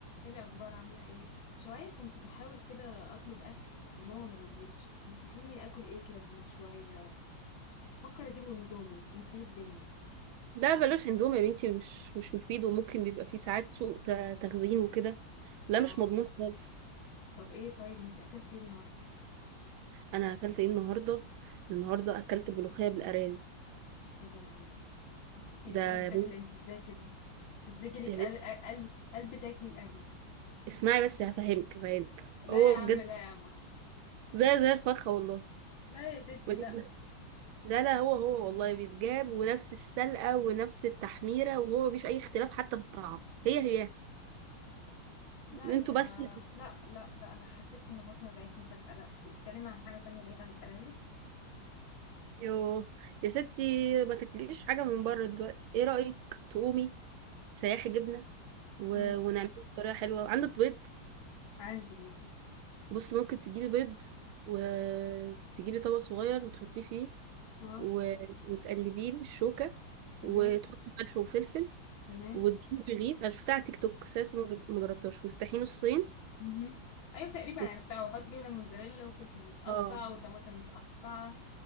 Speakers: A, on the left; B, on the right.
A: ايه الاخبار عامله ايه شويه كنت بحاول كده اطلب اكل وماما ما رضيتش فتنصحيني اكل ايه كده كمان شويه بفكر اجيب اندومي انت ايه الدنيا
B: لا بلاش اندومي يا بنتي مش مش مفيد وممكن بيبقى فيه ساعات سوء ت- تخزين وكده لا
A: اه
B: مش مضمون خالص
A: طب ايه طيب انت اكلتي ايه النهارده
B: انا اكلت ايه النهارده النهارده اكلت ملوخيه بالارانب
A: ايه ده يا عم انت في
B: ده
A: ازاي
B: يا
A: بتاكلي
B: بنت
A: انت ازاي كده ازاي جالك
B: يا
A: قل-
B: بنت
A: قلب قلب تاكلي القرمه
B: اسمعي بس هفهمك هفهمك
A: لا
B: هو
A: يا عم
B: بجد
A: لا يا عم خلاص
B: زي زي الفخه والله
A: لا يا ستي
B: بجد
A: لا
B: لا لا هو هو والله بيتجاب ونفس السلقه ونفس التحميره وهو مفيش اي اختلاف حتى في الطعم هي هي
A: لا
B: انتوا
A: يا
B: بس
A: لا لا لا انا حسيت ان بطني وجعتني فجاه لا اتكلمي عن حاجه تانية بعيد عن الارانب
B: يو يا ستي ما تاكليش حاجه من بره دلوقتي ايه رايك تقومي سياحي جبنه و...
A: امم
B: ونعمله بطريقة حلوة عندك بيض
A: عندي هنا.
B: بص ممكن تجيبي بيض وتجيبي طبق صغير وتحطيه فيه
A: اه
B: و... وتقلبيه بالشوكة
A: تمام
B: وتحطي ملح وفلفل
A: تمام
B: وتجيبي رغيف انا شفتها على تيك توك بس لسه ما جر- ما جربتهاش وتفتحيه نصين
A: مهم. ايوه تقريبا
B: وت-
A: عرفتها وحط جبنه موتزاريلا وفلفل متقطع
B: اه
A: وطماطم متقطعه